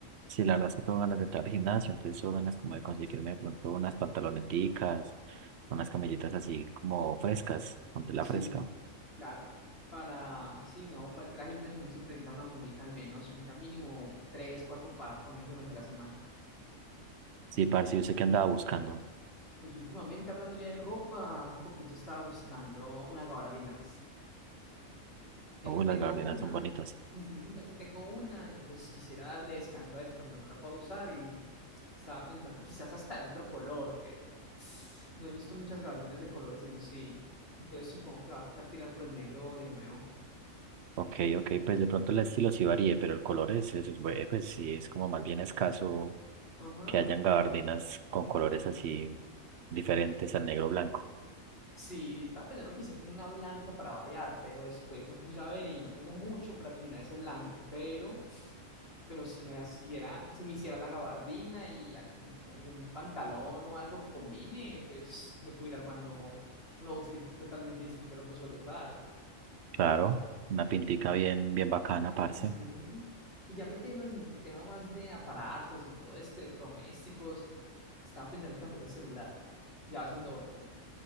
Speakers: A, on the right; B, on the left.
A: Sí, la verdad es que tengo ganas de entrar al gimnasio, entonces tengo ganas
B: Ujú.
A: como de conseguirme de pronto unas pantaloneticas, unas camisetas así como frescas, con tela
B: Sí.
A: fresca.
B: Claro, para, sí, no, para entrar al gimnasio uno siempre necesita una mudita al menos, necesita mínimo tres, cuatro para ponerse durante la semana.
A: Sí, parce, yo sé que andaba buscando.
B: Pues últimamente hablando ya de ropa, hace poquito estaba buscando una gabardina, ya
A: Uy,
B: que tengo
A: las gabardinas
B: una,
A: son bonitas.
B: ujú, ya que tengo una y pues quisiera darle descanso a esa cuando no la puedo usar y estaba pensando quizás hasta en otro color, pero no he visto muchas gabardinas de colores en sí, entonces supongo que va a tocar tirar por el negro de nuevo.
A: Ok, ok, pues de pronto el estilo sí varíe, pero el color es, eso es, bue- pues sí, es como más bien escaso
B: Ajá.
A: que hayan gabardinas con colores así diferentes al negro blanco.
B: Sí, estaba pensando quizás en una blanca para variar, pero después me puse a ver y no tengo mucho para combinar ese blanco, pero, pero si me hiciera, si me hiciera la gabardina y algún, algún pantalón o algo que combine, pues me puedo ir armando un outfit totalmente distinto a lo que suelo usar.
A: Claro, una pintica bien, bien bacana, parce.
B: Ujú. Y ya metiéndonos en el tema más de aparatos y todo esto, electrodomésticos, estaba pensando en cambiar el celular. Ya va siendo hora.